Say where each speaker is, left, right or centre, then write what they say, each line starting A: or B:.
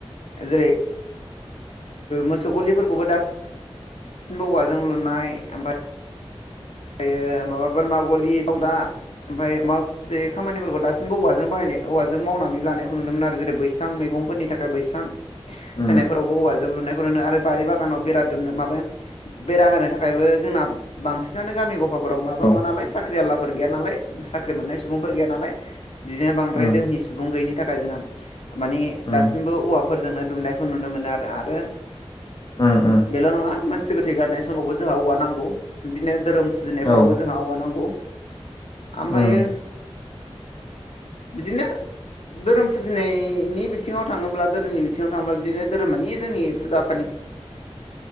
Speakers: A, on the left; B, on the left.
A: जेरै मोसौ गलिफोरखौबो दासिमबो औवाजों लुनाय ओमफ्राय ओमफ्रायो माबा बोरमा गलि दंदा ओमफ्राय अमा जे खामानिफोरखौ दासिमबो औवाजों बाहायनाय औवाजों मावनानै लानायखौ नुनो मोन आरो जेरै बैसां मैगंफोरनि थाखाय बैसां
B: उम
A: होनायफोरावबो औवाजों लुनाय नो आरो बारि बागानाव बेरा दुमनो माबा बेरा होनो थाखायबो जोंना बांसिन नानो गामि गफाफोराव माबा
B: औ
A: नङा नालाय साख्रि आललाफोर गैया नालाय साख्रि मोननाय सुबुंफोर गैया नालाय बिदिनो बांद्राय
B: उम
A: दोहनि सुबुं गैयिनि थाखाय जोंना मानिे
B: उम
A: दासिमबो औवाफोरजोंनो दुमनायखौ नुनो मोनो आरो आरो
B: उम
A: बेल नङा मानसि गोथै गारनाय समावबो जोंहा औवा नांगौ बिदिनो धोरोम फुजिनायफोरावबो
B: औ
A: जोंहा औवा नांगौ ओमफ्रायो
B: उम उम
A: बिदिनो धोरोम फुजिनायनि बिथिङाव थाङोब्ला धोरोमनि बिथिङाव थाङोब्ला बिदिनो धोरोम मानि जोंनि फुजा फानि
B: <inaudible>